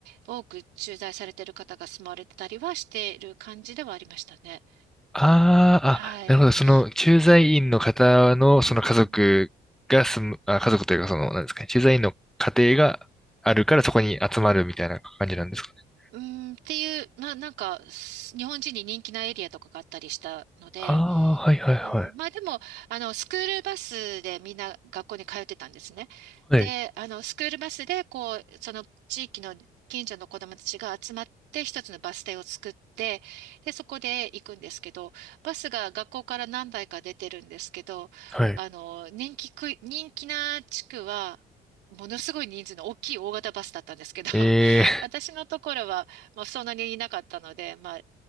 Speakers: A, on the right (about 85°); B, in the centre.
A: 多く駐在されている方が住まわれてたりはしている感じではありましたね。
B: ああ、
A: はい。
B: あ、なるほど。その、駐在員の方の、その家族が住む、
A: うんうん
B: あ、家族というか、その、なんですかね、駐在員の家庭があるからそこに集まるみたいな感じなんですかね。
A: うーん、っていう、な、なんか、す日本人に人気なエリアとかがあったりしたので、
B: ああ、はいはいはい。
A: うん、まあでも、あの、スクールバスでみんな学校に通ってたんですね。
B: はい。
A: で、あの、スクールバスで、こう、その地域の近所の子どもたちが集まって、一つのバス停を作って、で、そこで行くんですけど、バスが学校から何台か出てるんですけど、
B: はい。
A: あの、人気区、人気な地区は、ものすごい人数の大きい大型バスだったんですけど、<laughs>
B: ええ、
A: 私のところは、まあ、そんなにいなかったので、まあ、う